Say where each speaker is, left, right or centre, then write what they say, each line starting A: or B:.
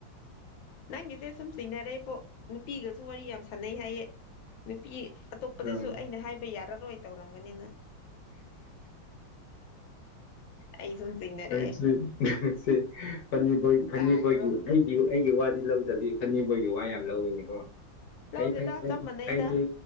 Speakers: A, on the left (about 80°); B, on the left (about 60°).
A: ꯅꯪꯒꯤꯗꯣ ꯁꯨꯝ ꯆꯤꯡꯅꯔꯦꯕꯣ ꯅꯨꯄꯤꯒꯁꯨ ꯋꯥꯔꯤ ꯌꯥꯝ ꯁꯥꯟꯅꯩ ꯍꯥꯏꯌꯦ ꯅꯨꯄꯤ ꯑꯇꯣꯞꯄꯗꯁꯨ
B: ꯎꯝ
A: ꯑꯩꯅ ꯍꯥꯏꯕ ꯌꯥꯔꯔꯣꯏ ꯇꯧꯔꯝꯒꯅꯤ ꯅꯪ ꯑꯩ ꯁꯨꯝ ꯆꯁꯤꯡꯅꯔꯦ
B: ꯐꯅꯤꯏ ꯐꯅꯤꯕꯣꯏꯒꯤ
A: ꯇꯥꯔꯒ
B: ꯑꯩ ꯑꯩꯒꯤ ꯋꯥꯗꯤ ꯂꯧꯗꯕꯤ ꯐꯅꯕꯣꯏꯒꯤ ꯋꯥ ꯌꯥꯝ ꯂꯧꯋꯤꯅꯦꯀꯣ
A: ꯂꯧꯗꯦꯗ
B: ꯐꯩ ꯐꯩ ꯀꯥꯏꯗꯦ
A: ꯆꯞ ꯃꯥꯟꯅꯩꯗ